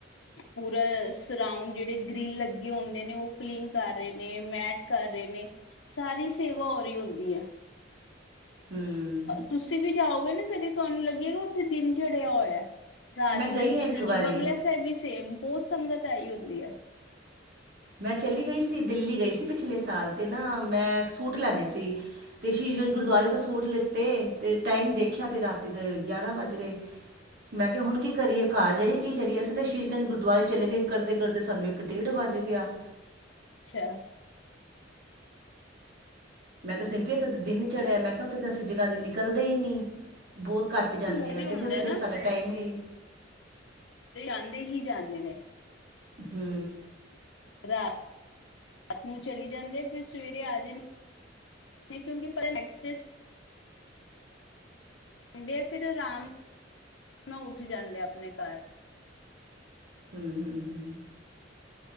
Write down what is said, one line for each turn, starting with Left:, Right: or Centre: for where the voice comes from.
Left: ਪੂਰਾ ਸਰਾਉਂਡ ਜਿਹੜੇ ਗ੍ਰਿਲ ਲੱਗੇ ਹੁੰਦੇ ਨੇ, ਉਹ ਕਲੀਨ ਕਰ ਰਹੇ ਨੇ, ਮੈਟ ਕਰ ਰਹੇ ਨੇ। ਸਾਰੀ ਸੇਵਾ ਹੋ ਰਹੀ ਹੁੰਦੀ ਐ।
Right: ਹੂੰ।
Left: ਤੁਸੀਂ ਵੀ ਜਾਓਗੇ ਨਾ ਕਦੇ ਤੁਹਾਨੂੰ ਲੱਗੇਗਾ, ਉੱਥੇ ਦਿਨ ਚੜਿਆ ਹੋਇਆ। ਰਾਤ
Right: ਮੈਂ
Left: ਲੱਗੇਗੀ
Right: ਗਈ ਹਾਂ ਇੱਕ ਵਾਰੀ
Left: ਨੀ, ਬੰਗਲਾ ਸਾਹਿਬ ਵੀ ਸੇਮ ਬਹੁਤ ਸੰਗਤ ਆਈ ਹੁੰਦੀ ਐ।
Right: ਮੈਂ ਚੱਲੀ ਗਈ ਸੀ ਦਿੱਲੀ ਗਈ ਸੀ ਪਿਛਲੇ ਸਾਲ, ਤੇ ਨਾ ਮੈਂ ਇੱਕ ਸੂਟ ਲੈਂਨੇ ਸੀ। ਤੇ ਸ਼ੀਸ਼ ਗੰਜ ਗੁਰਦੁਆਰੇ ਤੋਂ ਸੂਟ ਲਿੱਤੇ, ਤੇ ਟਾਈਮ ਦੇਖਿਆ ਤੇ ਰਾਤੀ ਦੇ ਗਿਆਰਾਂ ਵੱਜ ਗਏ। ਮੈਂ ਕਿਹਾ ਹੁਣ ਕੀ ਕਰੀਏ ਘਰ ਜਾਈਏ ਕੀ ਕਰੀਏ, ਅਸੀਂ ਤਾਂ ਸ਼ੀਸ਼ਗੰਜ ਗੁਰਦੁਆਰੇ ਚਲੇ ਗਏ, ਕਰਦੇ-ਕਰਦੇ ਸਾਨੂੰ ਇੱਕ ਇੱਕ ਡੇਢ ਵੱਜ ਗਿਆ।
Left: ਅੱਛਾ।
Right: ਮੈਂ ਕਿਹਾ ਸਿੰਪੀ ਇੱਥੇ ਤਾਂ ਦਿਨ ਨੀ ਚੜਿਆ, ਮੈਂ ਕਿਹਾ ਉੱਥੇ ਤਾਂ ਅਸੀਂ ਜਗ੍ਹਾ ਦੀ ਨਿਕਲਦੇ ਹੀ ਨਈ, ਬਹੁਤ ਘੱਟ ਜਾਂਨੇ
Left: ਮੋਢੇ
Right: ਆਂ, ਕਹਿੰਦੇ
Left: ਹੁੰਦਾ
Right: ਅਸੀਂ
Left: ਨਾ
Right: ਤੇ ਸਾਡਾ ਟਾਈਮ ਇਹੀ ਆ।
Left: ਇਹ ਜਾਂਦੇ ਹੀ ਜਾਂਦੇ ਨੇ।
Right: ਹੂੰ,
Left: ਰਾਤ-ਰਾਤ ਨੂੰ ਚਲੀ ਜਾਂਦੇ ਨਾ। ਸਵੇਰੇ ਆ ਜਾਣੇ, ਕਿਉਂਕਿ ਪਤਾ ਨੈਕਸਟ ਡੇਜ਼ ਹੁੰਦੇ ਆ, ਫਿਰ ਆਰਾਮ ਨਾਲ ਉੱਠ ਜਾਂਦੇ ਆ ਆਪਣੇ ਘਰ।
Right: ਹੂੰ-ਹੂੰ-ਹੂੰ।